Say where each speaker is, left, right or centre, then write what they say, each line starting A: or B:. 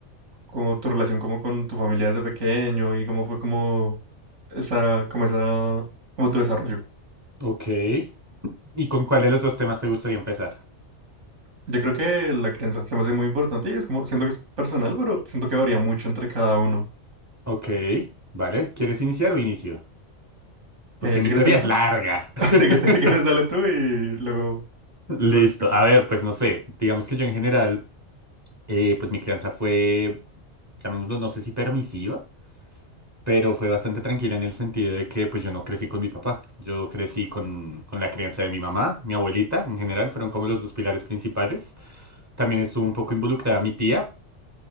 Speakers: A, on the right; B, on the right.
A: como tu relación como con tu familia desde pequeño y cómo fue como esa, como esa, como tu desarrollo.
B: Ok. ¿Y con cuál de los dos temas te gustaría empezar?
A: Yo creo que la crianza se me hace muy importante y es como, siento que es personal, pero siento que varía mucho entre cada uno.
B: Ok. Vale, ¿quieres iniciar o inicio? Porque
A: Eh,
B: mi
A: si quieres,
B: historia
A: dale
B: es
A: tú.
B: larga. <laughs>
A: <laughs> Si quieres, si quieres, dale tú y luego,
B: Listo.
A: luego yo.
B: A ver, pues no sé. Digamos que yo en general eh, pues mi crianza fue, llamémoslo, no sé si permisiva, pero fue bastante tranquila en el sentido de que pues yo no crecí con mi papá, yo crecí con, con la crianza de mi mamá, mi abuelita en general, fueron como los dos pilares principales. También estuvo un poco involucrada mi tía